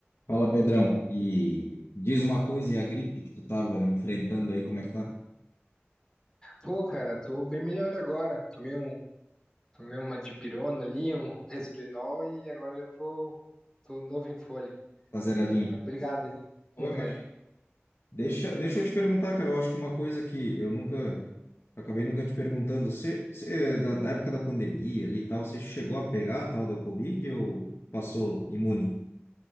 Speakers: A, on the left; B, on the left.
A: Fala, Pedrão. E diz uma coisa, e a gripe que tu tava enfrentando aí, como é que tá?
B: Pô, cara, tô bem melhor agora. Tomei um, tomei uma dipirona ali, um resfrinol e agora já tô, tô novo em folha.
A: Tá zeradinho?
B: <laughs> Mas obrigado, hein?
A: Oi,
B: <laughs>
A: imagina.
B: É.
A: Deixa, deixa eu te perguntar, cara. Eu acho que uma coisa que eu nunca, acabei nunca te perguntando, você, você, da, da época da pandemia ali e tal, você chegou a pegar a tal da Covid ou passou imune?